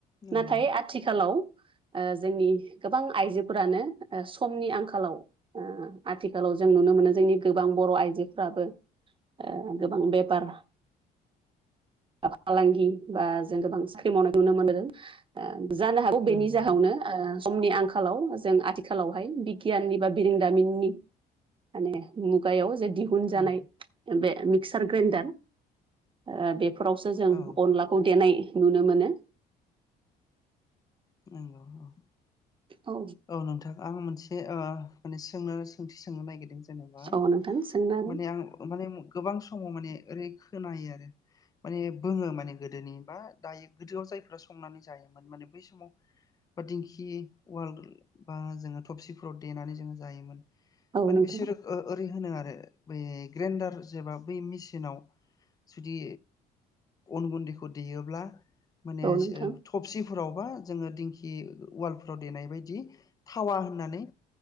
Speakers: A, on the left; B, on the right.
A: नंगौ
B: नाथाय आथिखालाव ओ जोंनि गोबां आइजोफोरानो ओ समनि आंखालाव ओ आथिखालाव जों नुनो मोनो जोंनि गोबां बर'थ आइजोफ्राबो ओ गोबां बेफार फालांगि बा जों गोबां साख्रि मावनाय नुनो मोनदों ओ जानो हागौ बेनि
A: नंगौ
B: जाहावनो ओ समनि आंखालाव जों आथिखालावहाय बिगियाननि बा बिरोंदामिननि माने मुगायाव जे दिहुन जानाय
A: औ
B: बे मिक्सार ग्रेन्डार ओ बे बेफोरावसो जों
A: औ
B: अनलाखौ देनाय नुनो मोनो
A: नंगौ औ।
B: औ
A: नोंथां आं मोनसे ओ माने सोंनो सोंथि सोंनो नागिरदों जेनेबा
B: औ नोंथां सोंनो
A: माने आं माने गोबां समाव माने ओरै खोनायो आरो माने बोङो माने गोदोनि बा दायो गोदोआव जायफ्रा संनानै जायोमोन माने बै समाव बा दिंखि उवाल बा जोङो थबसिफोराव देनानै जोङो जायोमोन।
B: हागोन
A: माने
B: औ नोंथां
A: बिसोरो ओ ओरै होनो आरो बै ग्रेन्डार जेबा बै मेसिनाव जुदि अन गुन्दैखौ देयोब्ला माने
B: औ नोंथां
A: ओ थबसिफोरावबा जोङो दिंखि उवालफ्राव देनाय बायदि थावा होननानै